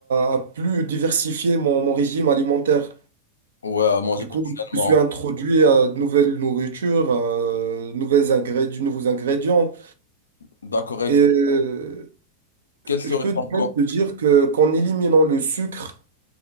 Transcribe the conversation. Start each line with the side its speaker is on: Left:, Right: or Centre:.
Right: à plus diversifier mon, mon régime alimentaire.
Left: Ouais, à manger
Right: Du
Left: plus
Right: coup,
Left: sainement.
Right: je me suis introduit à de nouvelles nourritures, à de nouvelles ingrédients, de nouveaux ingrédients.
Left: D'accord. et
Right: Et euh,
Left: Quel serait
Right: je peux
Left: ton
Right: même te dire que, qu'en éliminant le sucre,